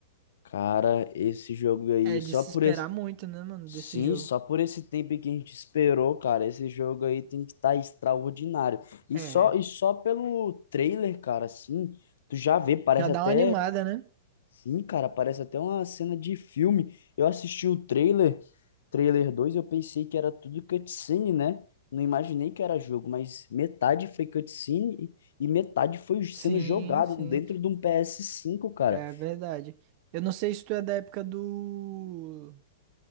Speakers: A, on the left; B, on the right.
A: Cara, esse jogo aí,
B: É de
A: só
B: se
A: por
B: esperar
A: esse.
B: muito, né, mano,
A: Sim,
B: desse jogo.
A: só por esse tempo que a gente esperou, cara, esse jogo aí tem que estar extraordinário. E
B: É,
A: só e só pelo trailer, cara, assim, tu já vê, parece
B: já dá
A: até,
B: uma animada, né?
A: sim, cara, parece até uma cena de filme. Eu assisti o trailer, trailer 2, eu pensei que era tudo cutscene, né? Não imaginei que era jogo, mas metade foi cutscene e e metade foi sendo
B: Sim,
A: jogado
B: sim,
A: dentro de um PS5, cara.
B: é verdade. Eu não sei se tu é da época do